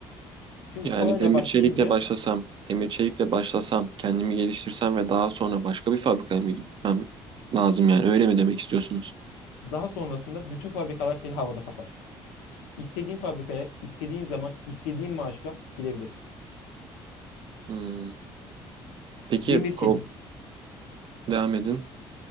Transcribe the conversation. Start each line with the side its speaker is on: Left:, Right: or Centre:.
Left: Çünkü
Right: Yani
Left: kolayla
Right: demir
Left: başlayınca
Right: çelikle başlasam, demir çelikle başlasam, kendimi geliştirsem ve daha sonra başka bir fabrikaya mı gitmem lazım yani öyle mi demek istiyorsunuz?
Left: daha sonrasında bütün fabrikalar seni havada kapar. İstediğin fabrikaya, istediğin zaman, istediğin maaşla gidebilirsin.
Right: Hmm. Peki
Left: Demir çeliğin
Right: pro- devam edin.